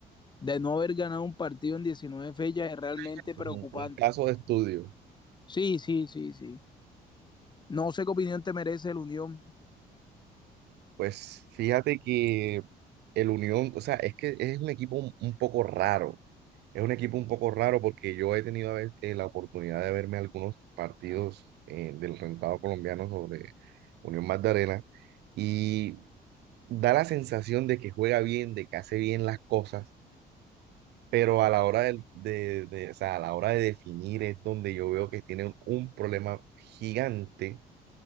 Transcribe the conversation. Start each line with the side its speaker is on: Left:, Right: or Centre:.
Left: de no haber ganado un partido en 19 fechas, es realmente
Right: Eso
Left: preocupante.
Right: es un, un caso de estudio.
Left: Sí, sí, sí, sí. No sé qué opinión te merece la Unión.
Right: Pues fíjate que el Unión, o sea, es que es un equipo un, un poco raro. Es un equipo un poco raro porque yo he tenido a veces, eh, la oportunidad de verme algunos partidos eh, del rentado colombiano sobre Unión Magdalena y da la sensación de que juega bien, de que hace bien las cosas, pero a la hora del- de, de- o sea, a la hora de definir es donde yo veo que tienen un problema gigante